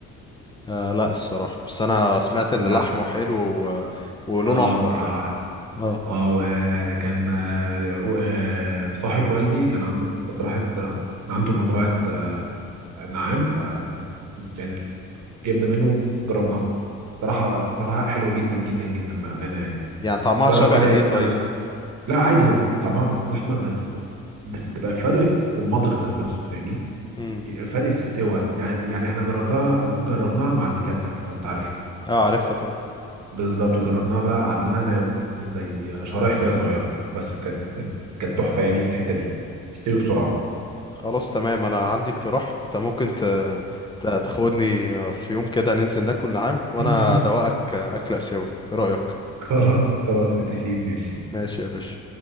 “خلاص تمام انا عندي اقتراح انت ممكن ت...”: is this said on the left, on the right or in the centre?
Left